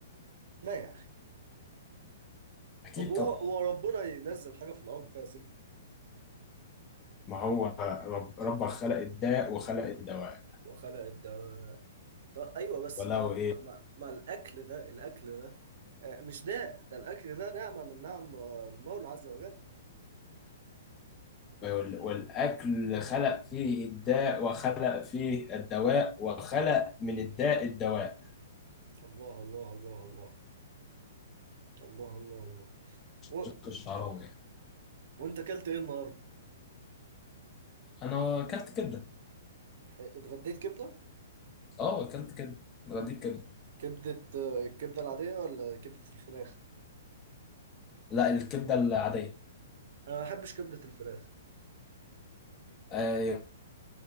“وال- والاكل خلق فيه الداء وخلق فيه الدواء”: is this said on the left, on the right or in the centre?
Left